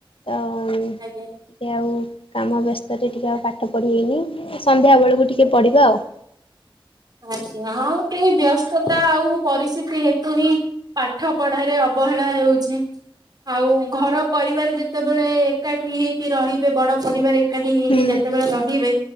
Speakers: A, on the left; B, on the right.
A: ତ ଟିକେ
B: ଆଜ୍ଞା
A: ଆଉ କାମ ବ୍ୟସ୍ତ ରେ ଟିକେ ଆଉ ପାଠ ପଢିବେନି ସନ୍ଧ୍ୟା ବେଳକୁ ଟିକେ ପଢିବା ଆଉ।
B: ଆଜ୍ଞା ହଁ ଟିକେ ବ୍ୟସ୍ତତା ଆଉ ପରିସ୍ଥିତି ହେତୁ ହିଁ ପାଠ ପଢାରେ ଅବହେଳା ହେଉଛି। ଆଉ ଘର ପରିବାର ଯେତେବେଳେ ଏକାଠି ହେଇକି ରହିବେ ବଡ ପରିବାରେ ଏକାଠି ହେଇକି
A: ହୁଁ
B: ଯେତେବେଳେ ରହିବେ